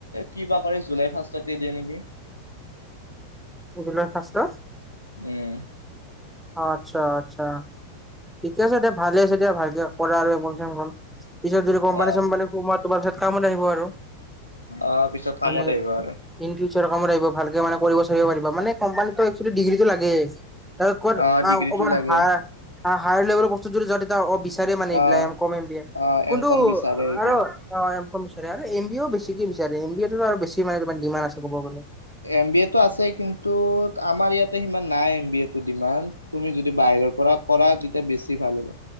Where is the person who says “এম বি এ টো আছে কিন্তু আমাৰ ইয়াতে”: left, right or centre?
Left